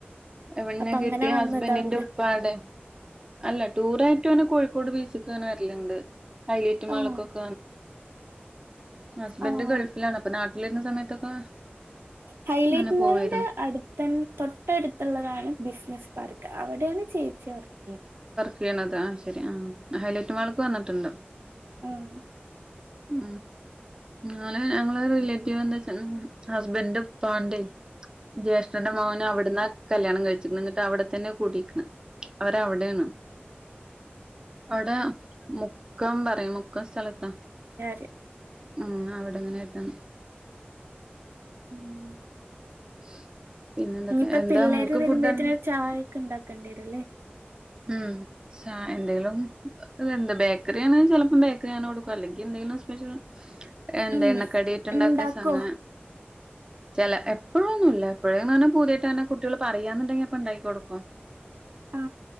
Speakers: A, on the right; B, on the right.
A: എവിട്ന്നാ
B: അപ്പൊ അങ്ങനെ
A: കെട്ടിയെ
B: വന്നതാവൂലേ
A: ഹസ്ബന്റിന്റെ ഉൽപ്പാടെ അല്ല ടൂറായിട്ടൊനെ കോഴിക്കോട് ബീച്ചക്ക് ഇങ്ങനെ വരല്ണ്ട്. ഹൈലറ്റ് മാള്ക്കൊക്കെ
B: ആഹ്
A: ഹസ്ബന്ഡ്
B: ആഹ്
A: ഗൾഫിലാണ് അപ്പൊ നാട്ടില വരുന്ന സമയത്തൊക്കെ
B: ഹൈലൈറ്റ്
A: അങ്ങനെ
B: മോളിന്റെ
A: പോവായിരുന്നു.
B: അടുത്ത തൊട്ടടുത്തുള്ളതാണ് ബിസിനസ്സ് പാർക്ക് അവിടെയാണ് ചേച്ചി വറക്ക്‌
A: ചെയ്യ ശരി ഹൈലൈറ്റ് മാളക്ക് വന്നിട്ടുണ്ട
B: ആഹ
A: ഉ ഞ ഞങ്ങള് റിലേറ്റീവ് എന്താച്ച ഹസ്ബൻഡ് പാണ്ടേ ജ്യേഷ്ഠന്റെ മോനൻ അവിടന്ന് കല്യാണം കഴിച്ചിുണ്ട് എന്നിട്ട് അവിടെത്തന്നെ കൂട്ടയിരിക്കണ് അവരവിടൊണ് അവിടെ മുക്കം പറയും മുക്ക സ്ഥലത്താ
B: എ
A: ഉ അവിടെങ്ങനൊയിട്ടന്ന്
B: ഉം
A: <unintelligible>
B: ഇനിയിപ്പ
A: എന്താ
B: പിള്ളേര്
A: ഇങ്ങക്ക്
B: വരുമ്പോഴത്തന
A: ഫുഡ്
B: ഒരു ചായ ഒക്കെ ഉണ്ടാക്കേണ്ടി വരും അല്ലേ
A: ഉംചായ എന്തെങ്കലും ബേക്കറിയാണ് ചെലപ്പം ബേക്കറി ആണ് കൊടുക്കും അല്ലെങ്കി ന്ത സ്പ്യഷ്യൽ എന്താ
B: ഉം
A: എണ്ണക്കടിട്ടുണ്ടാക്കങ്ങനെ
B: ഇണ്ടാക്കോ
A: ചില എപ്പോഴൊന്നുമ ഇല്ല എപ്പോഴേന്ന് പറഞ്ഞാൽ പുതിയായിട്ട് തന്നെ കുട്ടികൾ പറയാന്നുണ്ടങ്കി അപ്പൊ ഉണ്ടാക്കി കൊടുക്കും
B: ആ